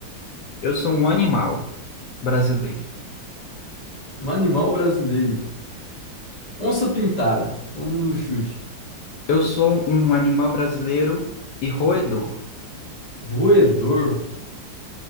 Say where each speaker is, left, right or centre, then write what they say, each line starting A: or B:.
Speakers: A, on the left; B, on the left.
A: eu sou um animal brasileiro.
B: Um animal brasileiro. Onça pintada. Vamos no chute.
A: Eu sou um animal brasileiro e roedor,
B: Roedor.